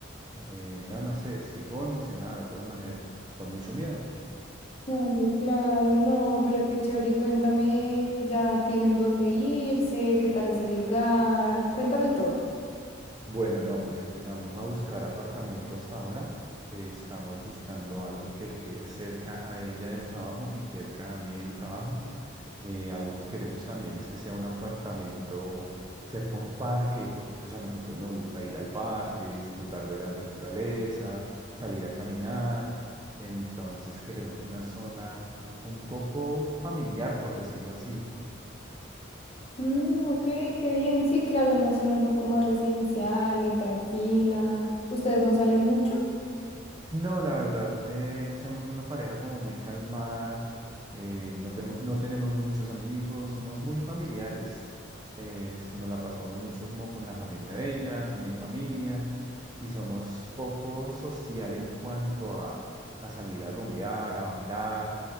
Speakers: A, on the right (about 20°); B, on the left (about 30°).
A: eh, no, no sé, estoy como emocionado de todas maneras, con mucho miedo.
B: Ay, claro, no, pero qué chévere. Y cuéntame, ¿ya tienen dónde irse? ¿Qué tal es el lugar? Cuéntame todo.
A: Bueno, no, pues empezamos a buscar apartamento hasta ahora. Eh, estamos buscando algo que le quede cerca a ella del trabajo y cerca a mí del trabajo. Eh, algo que queremos también es que sea un apartamento cerca a un parque, porque pues a nosotros nos gusta ir al parque, disfrutar de la naturaleza, salir a caminar. Entonces queremos una zona un poco familiar, por decirlo así
B: Mm, ok, qué bien. Sí, claro, una zona un poco más residencial y tranquila. ¿Ustedes no salen mucho?
A: No, la verdad, eh, somos una pareja como muy calmada, eh, no, temo- no tenemos muchos amigos, somos muy familiares, eh, s- nos la pasamos mucho como con la familia de ella, con mi familia, y somos poco social en cuanto a, a salir a rumbear, a bailar,